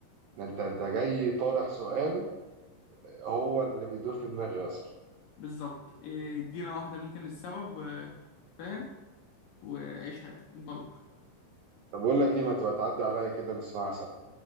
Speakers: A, on the right; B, on the left.
A: ده أنت أنت جاي طارح سؤال هو اللي بيدور في دماغي أصلا
B: بالظبط إيه، ادينا واحدة مين كان السبب و- فاهم وعيش حياتك انطلق
A: طب بقول لك ايه ما تبقى تعدي عليا كده نسمعها سوا